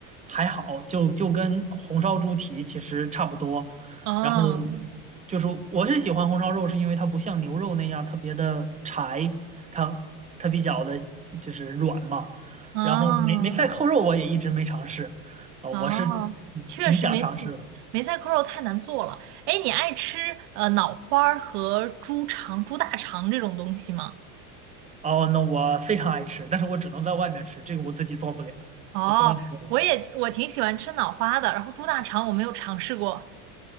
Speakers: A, on the right; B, on the right.
A: 还好，就就跟红烧猪蹄其实差不多。
B: 哦，
A: 然后就是我是喜欢红烧肉，是因为它不像牛肉那样特别的柴，它它比较的就是软嘛。
B: 哦，
A: 然后梅梅菜扣肉我也一直没尝试，呃，
B: 哦，
A: 我是
B: 确实梅
A: 挺想尝试的。
B: 梅菜扣肉太难做了。哎，你爱吃呃脑花儿和猪肠、猪大肠这种东西吗？
A: 哦，那我非常爱吃，但是我只能在外面吃，这个我自己做不了，
B: 哦，
A: 我从来没做过。
B: 我也我挺喜欢吃脑花的，然后猪大肠我没有尝试过。